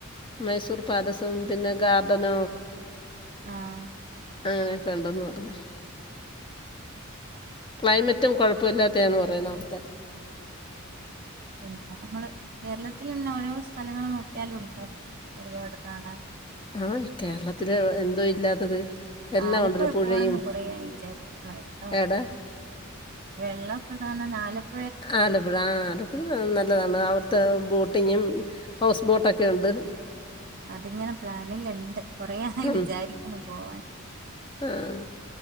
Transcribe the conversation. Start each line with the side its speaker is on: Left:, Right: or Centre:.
Left: മൈസൂർ പാലസം പിന്നെ തന്ന
Right: ആഹ്
Left: അങ്ങനെയൊക്കെ ഉണ്ടന്ന പറഞ്ഞു <unintelligible> ക്ലൈമറ്റും കൊഴപ്പമില്ലാത്തെയാന്ന് പറയുന്നു അവിടുത്തെ
Right: പിന്നെ നമ്മള് കേരളത്തിൽ തന്നെ ഓരോ സ്ഥലങ്ങള് നോക്കിയാലും ഉണ്ട് ഒരുപാട് കാണൻ
Left: ആഹ കേരളത്തില് എന്തോ ഇല്ലാത്തത് എല്ലാം
Right: ആലപ്പുഴ
Left: ഉണ്ടല്ലോ പുഴയും
Right: പോണംന്ന് കുറയായി വിചാരിക്കുന്നു വല്ലോ <unintelligible>
Left: എടാ
Right: വെള്ളമൊക്കെ കാണാൻ ആലപ്പ
Left: ആലപ്പുഴ ആ ആ അപ്പോ നല്ലതാണ് അവിടുത്തെ ബോട്ടിങ്ങും ഹൗസ് ബോട്ടൊക്കെയ ഉണ്ട്
Right: അതിങ്ങനെ പ്ലാനിലിണ്ട് കൊറെയായി
Left: ഉം
Right: വിചാരിക്കുന്നു പോവാൻ.
Left: ആഹ്